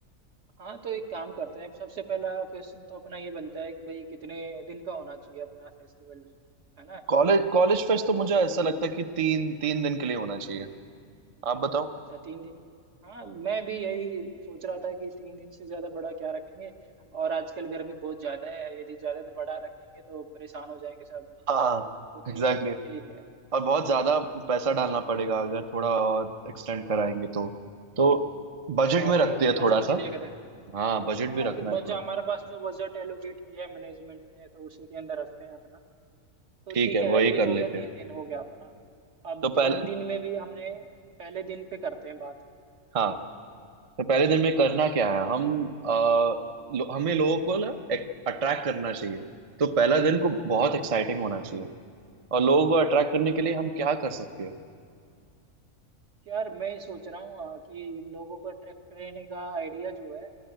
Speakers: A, on the right; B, on the right.
A: हाँ तो एक काम करते हैं सबसे पहला क्वेश्चन तो अपना ये बनता है कि भाई कितने दिन का होना चाहिए अपना फेस्टिवल है ना
B: कॉलेज कॉलेज फेस्ट तो
A: तो
B: मुझे ऐसा लगता है कि तीन तीन दिन के लिए होना चाहिए आप बताओ
A: अच्छा तीन दिन हाँ मैं भी यही सोच रहा था कि तीन दिन से ज्यादा बड़ा क्या रखेंगे और आजकल गर्मी बहुत ज्यादा है यदि ज्यादा बड़ा रखेंगे तो परेशान हो जाएंगे सब
B: हाँ
A: तो तीन
B: एग्जैक्टली
A: दिन का ठीक है
B: और बहुत ज्यादा पैसा डालना पड़ेगा अगर थोड़ा और एक्सटेंड कराएंगे तो तो बजट
A: हाँ
B: में
A: तो
B: रखते हैं
A: बजट
B: थोड़ा
A: भी
B: सा
A: देख रहे हैं
B: हाँ बजट भी
A: हाँ
B: रखना
A: कि बजट
B: है थोड़ा
A: हमारे पास जो बजट एलोकेट किया है मैनेजमेंट ने तो उसी के अंदर रखते हैं अपना तो
B: ठीक
A: ठीक
B: है
A: है
B: वही
A: ये
B: कर
A: तो
B: लेते
A: हो गया तीन
B: हैं
A: दिन हो गया अपना अब
B: तो पहले
A: तीन दिन में भी हमने पहले दिन पे करते हैं बात
B: हाँ तो पहले दिन में करना
A: ठीक
B: क्या
A: है
B: है हम आ, लो, हमें लोगों को ना अट्रैक्ट करना चाहिए तो पहला दिन को बहुत एक्साइटिंग होना चाहिए और लोगों को अट्रैक्ट करने के लिए हम क्या कर सकते हैं
A: यार मैं सोच रहा हूँ आ, कि लोगों को अट्रैक्ट करने का आइडिया जो है